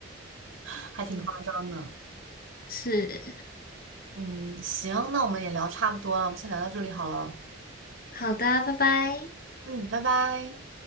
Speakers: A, on the right; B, on the left.
A: <laughs> 还挺夸张的。
B: 是，
A: 嗯，行，那我们也聊差不多了，我们先聊到这里好了。
B: 好的，拜拜。
A: 嗯，拜拜。